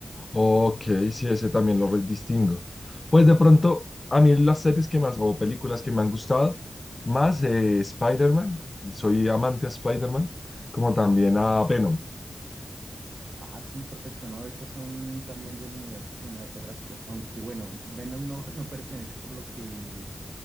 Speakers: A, on the left; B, on the right.
A: ok, sí, ese también lo distingo. Pues de pronto, a mí las series que más, o películas que me han gustado, más eh, Spider-Man, y soy amante a Spider-Man, como también a Venom.
B: Ah, sí, perfecto. No, esas son también del universo cinematográfico. Aunque bueno, Venom no, <laughs> no pertenece por lo que